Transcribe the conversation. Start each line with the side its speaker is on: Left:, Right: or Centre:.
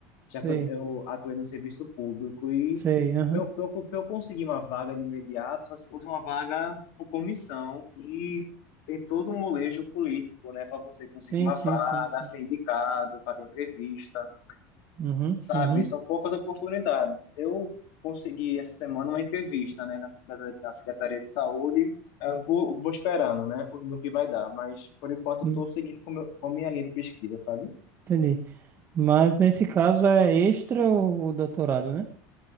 Left: Já
Right: sei,
Left: que eu, eu atuei no serviço público e
Right: sei. Aham.
Left: para eu, pra eu, pra eu conseguir uma vaga de imediato, só se fosse uma vaga por comissão e tem todo um molejo político, né? Para você conseguir
Right: Sim,
Left: uma
Right: sim,
Left: vaga,
Right: sim, sim.
Left: ser indicado, fazer entrevista.
Right: Uhum,
Left: Sabe,
Right: uhum.
Left: são poucas oportunidades. Eu consegui essa semana uma entrevista, né, na Secretaria, na Secretaria de Saúde. Eu vou, vou esperando, né, no que vai dar, mas por enquanto eu
Right: hum,
Left: estou seguindo com, meu, com minha linha de pesquisa, sabe?
Right: Entendi. Mas nesse caso é extra o, o doutorado, né?